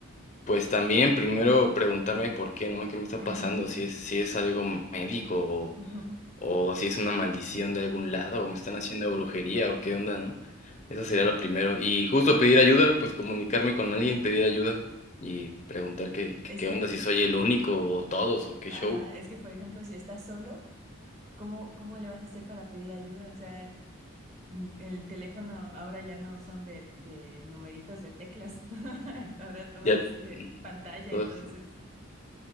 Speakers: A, on the left (about 35°); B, on the right (about 35°).
A: Pues también primero preguntarme por qué, ¿no? ¿Qué me está
B: Ujú,
A: pasando? Si es, si es algo médico o,
B: ujú.
A: o si es una maldición de algún lado o me están haciendo brujería o qué onda, ¿no? Eso sería lo primero. Y justo pedir ayuda, pues comunicarme con alguien, pedir ayuda y preguntar qué, qué,
B: Es
A: qué
B: que
A: onda, si soy el único o todos o qué
B: Ajá,
A: show.
B: es que por ejemplo, si estás solo, ¿cómo, cómo le vas a hacer para pedir ayuda? O sea, n- el teléfono ahora ya no son de, de numeritos de teclas, <laughs> ahora todo
A: Ya,
B: es eh,
A: mm,
B: pantalla,
A: todos,
B: entonces,